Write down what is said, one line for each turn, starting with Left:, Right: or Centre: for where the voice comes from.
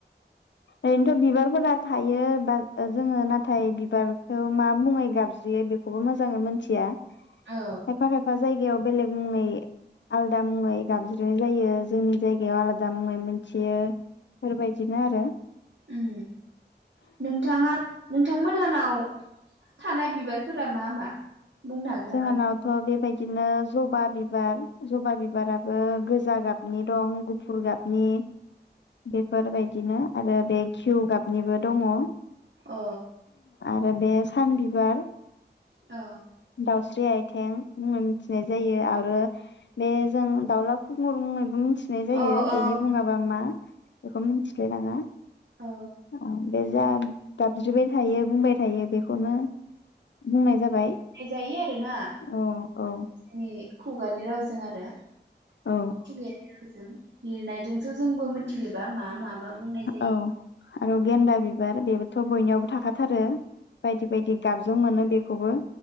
Left: ओरैनोथ बिबारफोरा थायो बाद जोङो ना थाय बिबारखौ मा मुङै गाब ज्रियो बेखौबो मोजाङै मिथिया खायफा
Right: औ
Left: खायफा जाय जायगायाव बेलेग मुङै आलादा मुङै गाबज्रिनाय जायो जोंनि जायगायाव आलादा मुङै मोनथियो बेफोरबायदिनो आरो
Right: उम नोंथाङा नोंथांमोन हानाव थानाय बिबारफोरा मा मा? बुंनो हागोन
Left: जोंहानावथ
Right: नामा नों
Left: बेबायदि दिनो जबा बिबार जबा बिबाराबो गोजा गाबनि दं गुफुर गाब नि बेफोरबायदिनो आरो बे घिउ गाबनिबो दङ।
Right: अ
Left: फाय बे सान बिबार
Right: औ
Left: दाउस्रि आइथें मुङै मिथिनाय जायो आरो बे जों दाउला खुुमुर मुङैबो मि थिनाय जायो
Right: औ औ
Left: बेनि बुङाबा मा एख' मिथिलाय लाङा
Right: औ
Left: औ। बे जा गाबज्रिबाय थायो बुंबाय थायो बेखौनो बुंनाय जाबाय।
Right: नायजायो आरोना
Left: औ औ
Right: जोंनि खुगानि रावजों आरो
Left: औ
Right: खुगायारि रावजो जों लिरनायजोंथ जोंबो मिथिजोबा। मा माबा बुंनाय जायो।
Left: औ आरो गेन्दा बिबार बेबोथ' बयनियावबो थाखाथारो। बायदि बायदि गाबजों मोनो बेखौबो।